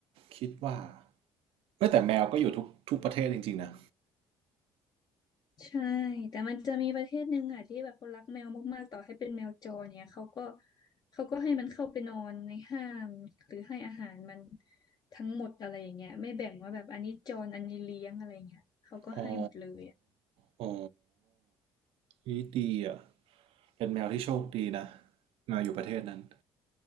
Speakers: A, on the right; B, on the left.
A: คิดว่าเอ้ยแต่แมวก็อยู่ทุกทุกประเทศจริงๆนะ
B: ใช่แต่มันจะมีประเทศหนึ่งอ่ะที่แบบเขารักแมวมากๆต่อให้เป็นแมวจรเนี่ยเขาก็เขาก็ให้มันเข้าไปนอนในห้างหรือให้อาหารมันทั้งหมดอะไรอย่างเงี้ยไม่แบ่งว่าแบบอันนี้จรอันนี้เลี้ยงอะไรอย่างเงี้ยเขาก็ให้หมดเลยอ่ะ
A: อ๋ออ๋อนี่ดีอ่ะเป็นแมวที่โชคดีนะแมวอยู่ประเทศนั้น